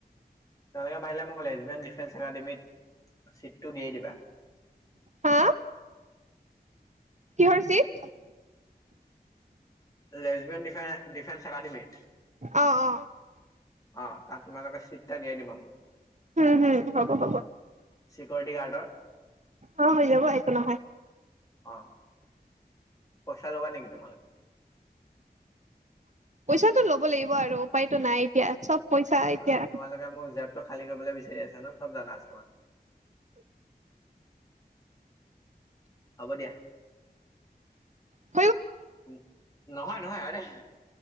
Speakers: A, on the left; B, on the right.
A: তোমালোকে পাৰিলে মোক লেচবিয়ান ডিফেন্স একাডেমীত ছিটটো দিয়েই দিবা <inaudible>
B: হা কিহৰ চিত?
A: লেচবিয়ান ডিফেন্স একাডেমীত।
B: অ অ
A: অ তাত তোমালোকে চিট এটা দিয়াই দিবা মোক।
B: উম হুম হ'ব হ'ব
A: চিকৰটি গাৰ্ডৰ।
B: অ', হৈ যাব একো নহয়।
A: অ। পইচা ল'বা নেকি তোমালোকে।
B: পইচাটো ল'ব লাগিব আৰু উপায়টো নাই এতিয়া চব। পইচা এতিয়া
A: অ তোমালোকে মোক জেপটো খালী কৰিবলৈ বিচাৰি আ। জানো চব জানা আছে মই। হ'ব দিয়া।
B: উ।
A: উ নহয় নহয় আৰে।